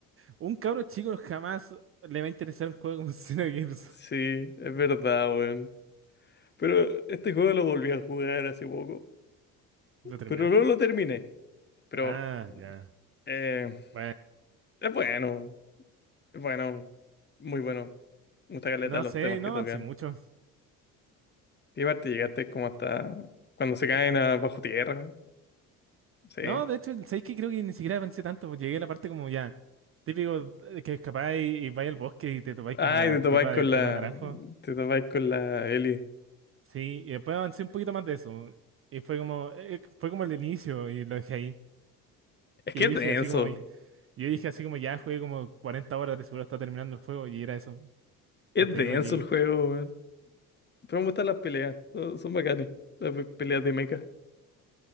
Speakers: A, on the right; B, on the left.
A: un cabro chico jamás le va a interesar un juego como <laughs> Xenogears?
B: Sí, es verdad, weón. Pero este juego lo volví a jugar hace poco.
A: ¿Lo terminaste?
B: Pero no lo terminé. Pero
A: Ah, ya.
B: eh,
A: Bueno,
B: es bueno. Es bueno. Muy bueno. Me gusta caleta
A: no
B: los
A: sé,
B: temas
A: no
B: que
A: avancé
B: tocan.
A: mucho.
B: Y aparte llegaste como hasta cuando se caen a bajo tierra. Sí.
A: No, de hecho, ¿sabes qué? Creo que ni siquiera avancé tanto. pues Llegué a la parte como ya, típico eh, que escapáis y, vais al bosque y te topáis
B: Ay,
A: con la
B: te topáis
A: tipa
B: con
A: de pelo
B: la.
A: naranjo.
B: Te topáis con la Ellie.
A: Sí, y después avancé un poquito más de eso. Y fue como, eh, fue como el inicio y lo dejé ahí.
B: Es
A: Y
B: que es
A: dije
B: denso.
A: así como, yo dije así como ya jugué como cuarenta horas de seguro está terminando el juego y era eso.
B: Es
A: Hasta
B: denso
A: ahí no llegué.
B: el juego, Pero me gustan las peleas, son, son bacanes, las pe- peleas de mecha.